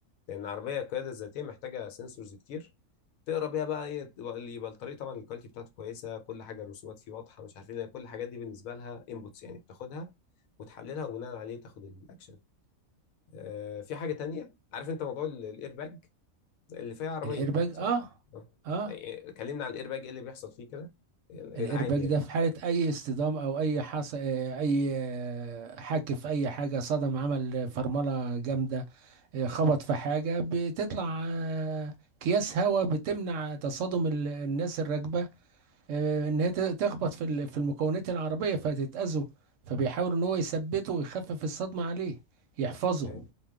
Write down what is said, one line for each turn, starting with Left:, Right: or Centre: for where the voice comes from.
Left: لان عربيه القياده الذاتيه محتاجه سنسورز كتير تقرا بيها بقى ايه تبقى- اللي يبقى الطريق طبعا الكواليتي بتاعته كويسه كل حاجه الرسومات فيه واضحه مش عارفين لان كل الحاجات دي بالنسبه لها انبوتس يعني بتاخدها وتحللها وبناء عليه تاخد الاكشن آه في حاجه تانية عارف انت موضوع الاير باج اللي فيها عربيه
Right: الإيرباج
Left: صح؟
Right: آه
Left: آه.
Right: آه
Left: إيه- كلمنا عن الاير باج ايه اللي بيحصل فيه كده العادي
Right: الإيرباج
Left: يعني
Right: ده في حالة أي اصطدام أو أي حص... آه، أي آه، حك في أي حاجة صدم عمل فرملة جامدة آه، خبط في حاجة بتطلع آه، أكياس هواء بتمنع تصادم ال- الناس الراكبة آه، ان هي ت- تخبط في ال- في المكونات العربيه فتتاذوا فبيحاول ان هو يثبته ويخفف الصدمه عليه يحفظه
Left: آه،